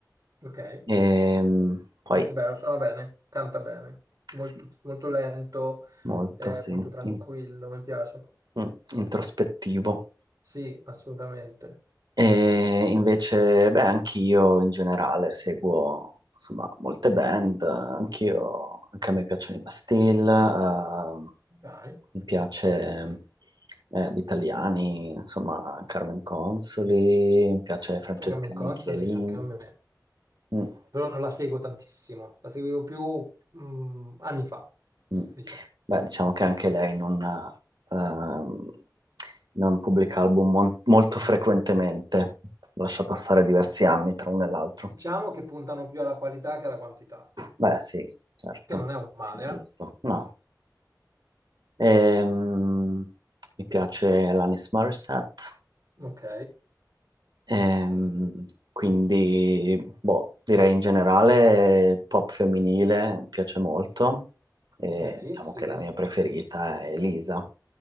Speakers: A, on the right (about 55°); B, on the right (about 80°).
A: ok.
B: Ehm, poi,
A: È vero, suona bene, canta bene, molto,
B: sì,
A: molto lento,
B: molto,
A: eh,
B: sì,
A: molto tranquillo,
B: in-
A: mi piace.
B: mm, introspettivo.
A: Sì, assolutamente.
B: E invece, beh, anch'io in generale seguo insomma, molte band, eh, anch'io, anche a me piacciono i Bastille, eh,
A: Dai,
B: mi piace eh, gli italiani, insomma, Carmen Consoli, mi piace Francesca
A: Poi Carmen Consoli
B: Michelin.
A: anche a me,
B: Mm,
A: però non la seguo tantissimo, la seguivo più mm, anni fa,
B: mm.
A: diciamo.
B: Beh, diciamo che anche lei non, ehm, non pubblica album mon- molto frequentemente, lascia passare diversi anni tra uno e l'altro.
A: Diciamo che puntano più alla qualità che alla quantità,
B: Beh, sì, certo,
A: che non è un male,
B: è giusto. No, Ehm, mi piace l'Anis Morissette,
A: eh? Ok,
B: Ehm, quindi, boh, direi in generale pop femminile mi piace molto e
A: ok,
B: diciamo
A: sì,
B: che la mia
A: sì.
B: preferita è Elisa.